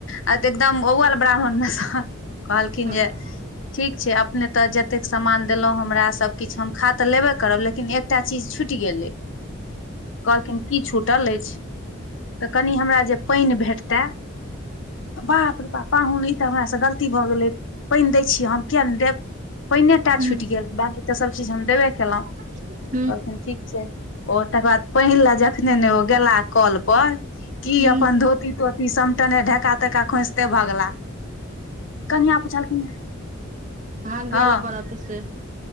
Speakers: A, on the left; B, on the right.
A: आ तऽ एकदम अव्वल ब्राह्मण मे सऽ कहलखिन
B: हूँ
A: जे ठीक छै अपने तऽ ज तेक समान देलौ हमरा सब किछ हम खा तऽ लेबे करब लेकिन एक। टा चीज छुटि गेलै कहलखिन की छूटल अइछ। कनि हमरा जे पइन भेटतै। बाप रै बाप पाहुन ई तऽ हमरा सऽ गलती भऽ गेलै पइन दैए छी हम कियाक नहि देब। पइने टा
B: हूँ
A: छुटि गेल बाँकी तऽ सबचीज हम देबे केलहुँ।
B: <unintelligible>
A: कहलखिन ठीक छै ओ तकर बाद पहिला ज। जखने ने ओ गेला कोल पर की ई
B: हूँ
A: अपन धोती-तोती। त समटने ढेका-तेका खोसते भगला। कनिया पुछलखिन।
B: भागल
A: हँ
B: अपन ओतै से।